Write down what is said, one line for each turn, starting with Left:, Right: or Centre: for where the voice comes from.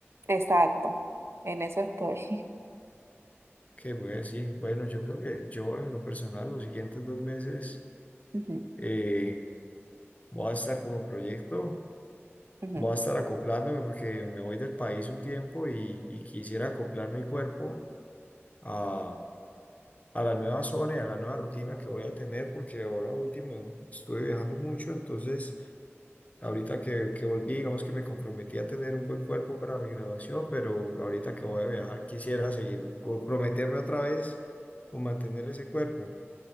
Right: exacto, en eso estoy.
Left: Que bueno, sí. Bueno, yo creo que yo en lo personal, los siguientes dos meses.
Right: <laughs> Ujú,
Left: eh, voy a estar como proyecto,
Right: ujú.
Left: voy a estar acoplándome porque me voy del país un tiempo y, y quisiera acoplar mi cuerpo a, a la nueva zona y a la nueva rutina que voy a tener porque ahora último estuve viajando mucho, entonces ahorita que, que volví, digamos que me comprometí a tener un buen cuerpo para mi graduación, pero ahorita que voy a viajar quisiera seguir comprometerme otra vez con mantener ese cuerpo.